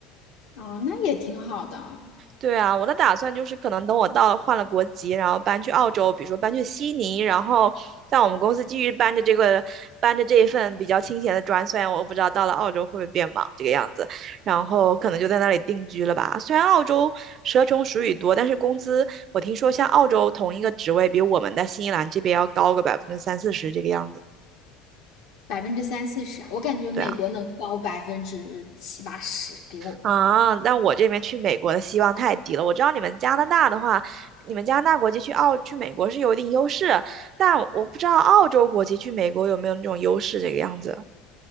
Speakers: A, on the left (about 70°); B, on the right (about 45°).
A: 哦，那也挺好的，
B: 对啊，我的打算就是可能等我到了换了国籍，然后搬去澳洲，比如说搬去悉尼，然后在我们公司继续搬着这个搬着这一份比较清闲的砖，虽然我不知道到了澳洲会不会变忙这个样子，然后可能就在那里定居了吧。虽然澳洲蛇虫鼠蚁多，但是工资我听说像澳洲同一个职位比我们在新西兰这边要高个百分之三四十这个样子。
A: 百分之三四十啊，我感觉美国能高百分之七八十，
B: 对啊。
A: 比我
B: 啊，那我这边去美国的希望太低了。我知道你们加拿大的话，你们加拿大国籍去澳去美国是有一定优势，但我不知道澳洲国籍去美国有没有那种优势这个样子。